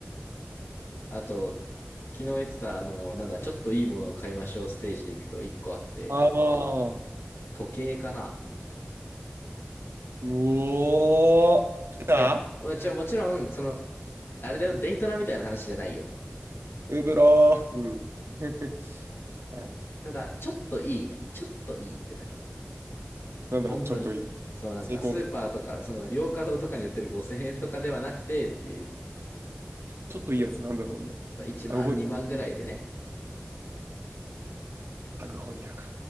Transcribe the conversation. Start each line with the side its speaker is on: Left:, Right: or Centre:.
Left: あと、昨日言ってた、あの、なんだ、ちょっといいものを買いましょうステージで行くと1個あって、
Right: ああ、う
Left: 時計かな
Right: おー、来た
Left: いや、もちろん、もちろん、その、あれだよ、デイトナみたいな話じゃないよ。
Right: ウブロー。うん。<laughs> はい。
Left: ただ、ちょっといいね。ちょっといいってだけ。
Right: なんだろう、
Left: 本当に。
Right: ちょっといい。
Left: そのなんか、
Right: 成功の。
Left: スーパーとか、その、洋華堂とかに売ってる5000円とかではなくてっていう、
Right: ちょっといいやつなんだろうね。
Left: 1万、
Right: タグホイヤー。
Left: 2万ぐらいでね、
Right: タグホイヤーか